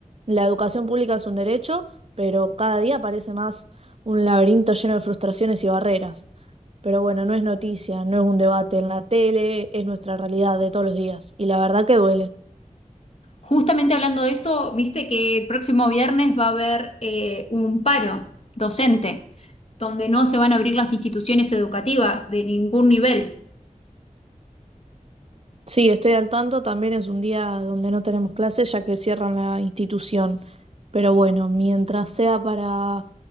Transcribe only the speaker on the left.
Justamente hablando de eso, viste que el próximo viernes va a haber eh, un paro docente, donde no se van a abrir las instituciones educativas de ningún nivel.